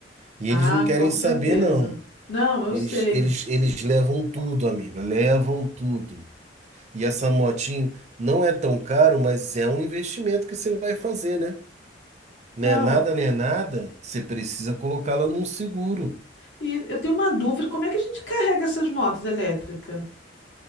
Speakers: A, on the right; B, on the left.
A: e
B: Ah,
A: eles não querem
B: com
A: saber
B: certeza.
A: não.
B: Não, eu
A: Eles,
B: sei.
A: eles, eles levam tudo, amiga, levam tudo. E essa motinho não é tão caro, mas é um investimento que você vai fazer, né? Né?
B: Não.
A: Nada, né? Nada. Você precisa colocá-la num seguro.
B: E eu tenho uma dúvida, como é que a gente carrega essas motos elétricas?